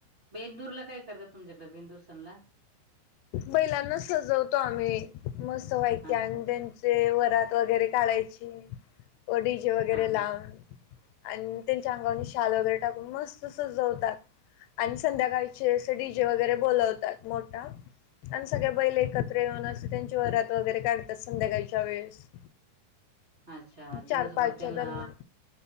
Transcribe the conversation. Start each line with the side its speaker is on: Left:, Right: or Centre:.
Right: बेंदूर ला काय करतात तुमच्याकडे बेंदूर सणला
Left: बैलांना सजवतो आम्ही मस्तवायकी
Right: अच्छा.
Left: आणि त्यां वरात वगैरे काढायचे ओ डी जे वगैरे
Right: हा
Left: लावून
Right: हा.
Left: आणि त्यांच्या अंगाने शाल वगैरे टाकून मस्त सजवतात आणि संध्याकाळचे अस डी जे वगैरे बोवलतात तमोठा आणि सगळ्या बैले एकत्र येऊन अस त्यांच्या वरात वगैरे काढतात संध्याकाळच्या वेळेस
Right: अच्छा दिवसभर
Left: चार पाचच्या
Right: त्यांना
Left: दरम्यान.